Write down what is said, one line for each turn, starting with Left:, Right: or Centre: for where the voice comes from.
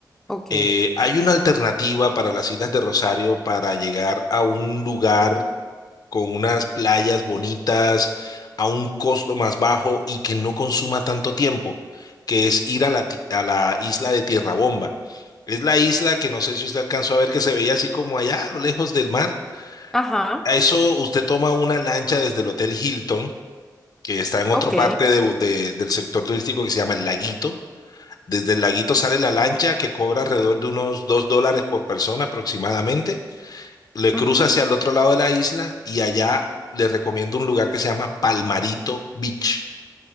Centre: Ok.
Left: Eh, hay una alternativa para las Islas de Rosario para llegar a un lugar con unas playas bonitas a un costo más bajo y que no consuma tanto tiempo, que es ir a la, ti- a la isla de Tierra Bomba. Es la isla que no sé si usted alcanzó a ver que se veía así como allá a lo lejos del mar.
Centre: Ajá.
Left: A eso usted toma una lancha desde el Hotel Hilton, que está en
Centre: Ok.
Left: otra parte de- Bo- de- del sector turístico que se llama el Laguito. Desde el Laguito sale la lancha que cobra alrededor de unos dos dólares por persona aproximadamente le
Centre: Ujú.
Left: cruza hacia el otro lado de la isla y allá le recomiendo un lugar que se llama Palmarito Beach.